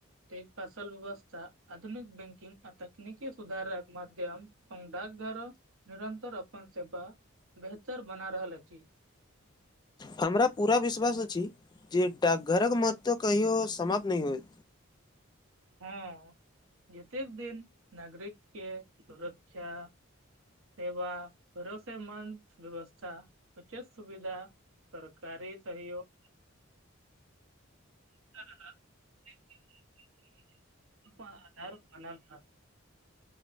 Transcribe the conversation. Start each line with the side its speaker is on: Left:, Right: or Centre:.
Right: तैय फसल व्यवस्था आधुनिक बैंकिंग आ तकनीकी सुधारक माध्यम अपन डाकघर निरंतर अपन सेवा बेहतर बना रहल अछि
Left: हमरा पूरा विश्वास अछि जे डाकघरक महत्व कहियो समाप्त नहि होयत
Right: हँ जतेक दिन नागरिकके सुरक्षा सेवा भरोसेमन्द व्यवस्था उचित सुविधा सरकारी सहयोग <unintelligible>